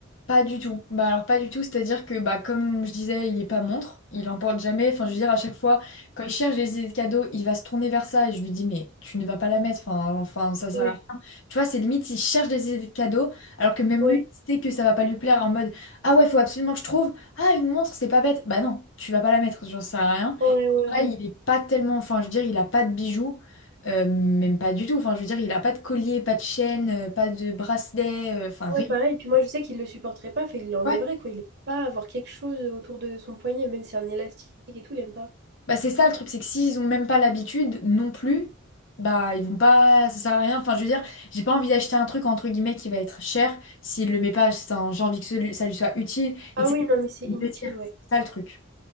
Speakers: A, on the left (about 60°); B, on the right (about 55°).
A: Pas du tout. Bah alors pas du tout, c'est-à-dire que bah comme je disais, il est pas montre, il en porte jamais. Enfin, je veux dire à chaque fois quand il cherche des idées de cadeaux, il va se tourner vers ça et je lui dis mais tu ne vas pas la mettre. Enfin, enfin ça sert
B: Ouais,
A: à... Tu vois, c'est limite il cherche des idées de cadeaux alors que même
B: ouais,
A: lui il sait que ça va pas lui plaire en mode ah ouais, faut absolument que je trouve ah une montre, c'est pas bête. Bah non, tu vas pas la mettre, j'en sers à rien.
B: ouais, ouais,
A: Pareil,
B: ouais.
A: il est pas tellement enfin je veux dire, il a pas de bijoux. euh, même pas du tout. Enfin, je veux dire, il a pas de collier, pas de chaîne, euh, pas de bracelet, euh, enfin
B: Ouais,
A: rien.
B: pareil. et Puis moi, je sais qu'il le supporterait pas, fait, il l'enlèverait,
A: ouais
B: quoi. Il aime pas avoir quelque chose autour de son poignet, même si c'est un élastique et tout, il aime pas.
A: Bah c'est ça le truc, c'est que s'ils ont même pas l'habitude non plus, bah ils vont pas, ça sert à rien. Enfin je veux dire, j'ai pas envie d'acheter un truc entre guillemets qui va être cher s'il le met pas, enfin, j'ai envie que ce- ça lui soit utile et
B: Ah
A: que
B: oui,
A: ça lui
B: non, mais c'est inutile,
A: fasse plaisir.
B: ouais.
A: C'est ça le truc.